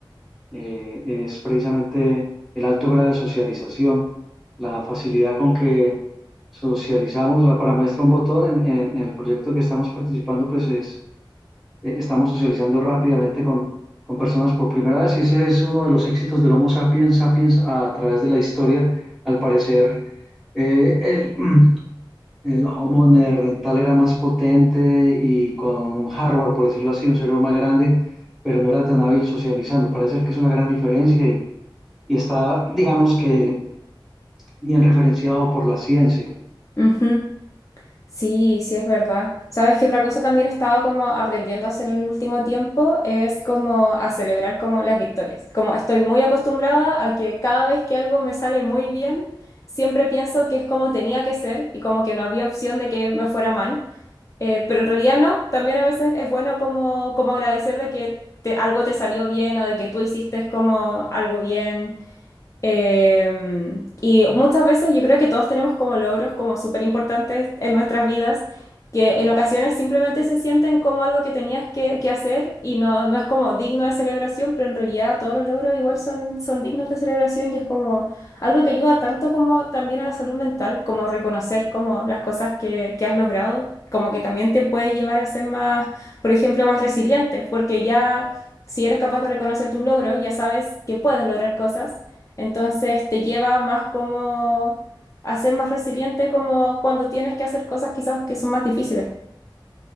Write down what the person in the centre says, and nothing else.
eh, es precisamente el alto grado de socialización, la facilidad con que socializamos, la, para muestra un botón, en, en- en el proyecto que estamos participando, pues es, eh, estamos socializando rápidamente con, con personas por primera vez y ese es uno de los éxitos del Homo sapiens sapiens a través de la historia, al parecer eh, el, <clears throat> El Harmony rental era más potente y con un hardware, por decirlo así, un cerebro más grande, pero no era tan hábil socializando. Parece ser que es una gran diferencia y, y está, digamos que, bien referenciado por la ciencia.